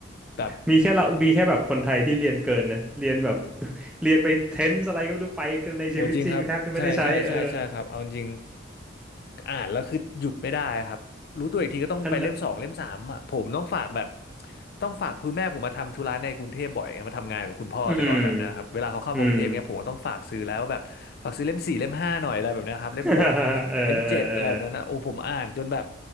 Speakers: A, on the left; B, in the centre.
A: แบบ
B: มีแค่เรามีแค่แบบคนไทยที่เรียนเกินนะ เรียนแบบ <laughs> เรียนไปเทนส์อะไรก็ไม่รู้ไปกันในชีวิตจริงแทบจะไม่ได้ใช้เออ
A: โอ้จริงครับใช่ใช่ใช่ใช่ครับเอาจริงอ่านแล้วคือหยุดไม่ได้ครับรู้ตัวอีกทีก็ต้องไปเล่มสองเล่มสามอ่ะผมต้องฝากแบบ
B: ขนาด
A: ต้องฝากคือแม่ผมมาทำธุระในกรุงเทพบ่อยไงมาทำงานกับคุณพ่อแต่ก่อนแล้วนะครับเวลาเขาเข้ามากรุงเทพเงี้ยผมก็ต้องฝากซื้อแล้วว่าแบบฝากซื้อเล่มสี่เล่มห้าหน่อยอะไรแบบเนี้ยครับเล่มหก
B: อืมอืม <laughs> เออเออเออ
A: เล่มเจ็ดอะไรแบบนั้นนะโอ้ผมอ่านจนแบบ